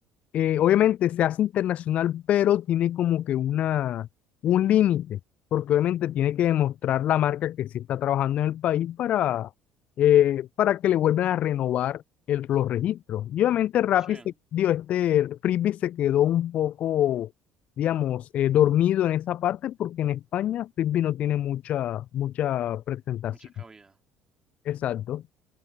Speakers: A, on the left (about 50°); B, on the right (about 20°).
A: Eh, obviamente se hace internacional, pero tiene como que una, un límite, porque obviamente tiene que demostrar la marca que sí está trabajando en el país para, eh, para que le vuelvan a renovar el- los registros. Y obviamente Rappi,
B: sí,
A: se, digo, este Frisbee se quedó un poco, digamos, eh, dormido en esa parte, porque en España Frisbee no tiene mucha, mucha presentación.
B: mucha cabida.
A: Exacto.